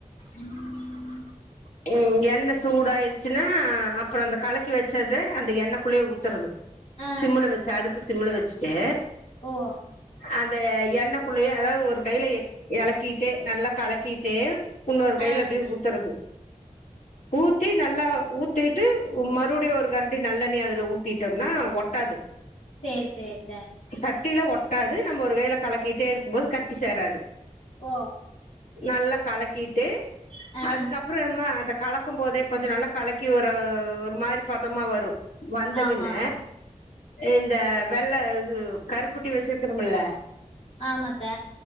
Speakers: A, on the left; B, on the left.
A: ம் ம் எண்ண சூடாயிடுச்சுன்னா அப்பறோ அந்த கலக்கி வெச்சது அந்த எண்ணக்குள்ளே ஊத்தறது
B: ஆ
A: சிம்முள வெச்சு அடுப்பு சிம்முள வெச்ட்டு
B: ஓ
A: அந்த எண்ண குள்ளயே அதாது ஒரு கைல எ எலக்கீட்டு நல்லா கலக்கீட்டு உன்னொரு கைல
B: ஆ
A: அப்டியே ஊத்தறது ஊத்தி நல்லா ஊத்தீட்டு உ மறுபடியு ஒரு கரண்டி நல்லெண்ணய அதுல ஊத்திட்டம்ன்னா ஒ ஒட்டாது
B: சேர் சேர்தா
A: சட்டீல ஒட்டாது நம்ம ஒரு கைல கலக்கீட்டே இருக்கும் போது கட்டி சேராது
B: ஓ
A: நல்லா கலக்கீட்டு
B: ஆ
A: அதுக்கப் அப்பறோம்ம அந்த கலக்கம் போதே கொஞ்சோ நல்லா கலக்கி ஒரு ஒரு மாரி பதமா வரு வந்த
B: ஆமா
A: பின்ன
B: ஆமா
A: இந்த வெள்ள இது கருப்பட்டி வச்சிருக்கரமுல்ல
B: ஆமாத்த